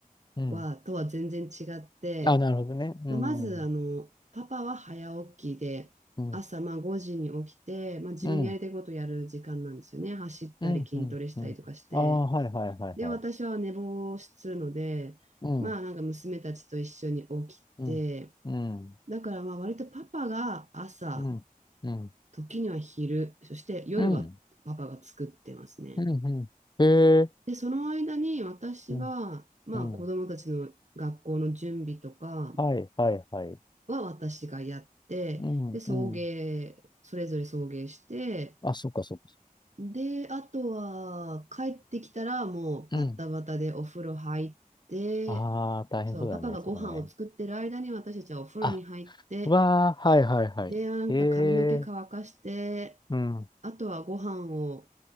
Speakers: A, on the left; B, on the right.
A: うん
B: は、とは全然違って、
A: あ、なるほどね。うん。
B: まあ、まず、あの、パパは早起きで、
A: うん。
B: 朝まあ5時に起きて、まあ、自分のやりたいことをやる時間なんですよね。
A: うん。
B: 走ったり筋トレしたりとかして。
A: うん。うん。うんああ、はいはいはいはい。
B: で、私は寝坊するので、
A: うん。
B: まあなんか娘たちと一緒に起きて、
A: うん。うん。
B: だからまあ割とパパが朝、
A: うん。うん。
B: 時には昼、そして夜はパパが作ってますね。
A: うん。うん。うんへえ。
B: で、その間に私は、
A: うん。
B: まあ子供たちの学校の準備とか
A: うん。はいはいはい。
B: は私がやって、
A: うん。
B: で、送迎、
A: うん。
B: それぞれ送迎して、
A: あ、そっかそっか。
B: で、あとは帰ってきたらもうバタバタでお風呂入って、
A: うん。ああ、大変そうだね、
B: そう、パパがご飯を作ってる間に私たちはお風呂に入って、
A: そこね。あ、わあ、はいはいはい。
B: で、なんか髪の毛乾かして、
A: へえ。うん。
B: あとはご飯を